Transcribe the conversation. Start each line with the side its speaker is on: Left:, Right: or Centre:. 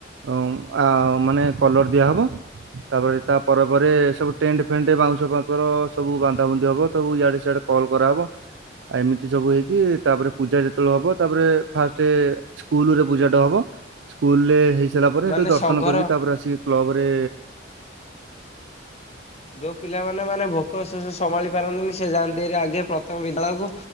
Right: ଓଁ ଆ ମାନେ କଲର ଦିଆହବ। ତାପରେ ତା ପରେ ପରେ ସବୁ ଟେଣ୍ଟ ଫେଣ୍ଟ ବାଉଁଶ ଫଉଁଶର ସବୁ ବାନ୍ଧାବନ୍ଧି ଦବ ସବୁ ଇଆଡ଼େ ସିଆଡ଼େ କଲ୍ କରାହବ। ଆ ଏମିତି ସବୁ ହେଇକି ତାପରେ ପୂଜା ଯେତେବେଳେ ହବ ତାପରେ ଫାଷ୍ଟେ ସ୍କୁଲରେ ପୂଜା ଟା ହବ। ସ୍କୁଲ ରେ ହେଇସାରିଲା ପରେ।
Left: ମାନେ
Right: ସେଠୁ ଦର୍ଶନ
Left: ସଂଘର
Right: କରିକି ତାପରେ ଆସିକି କ୍ଲବ ରେ
Left: ଯୋଉ ପିଲାମାନେ ମାନେ ଭୋକ ଶୋଷ ସମ୍ଭାଳି ପାରନ୍ତିନି ସେ ଯାଆନ୍ତି ହାରି ଆଗେ ପ୍ରଥମ ବିଦ୍ୟାଳୟକୁ।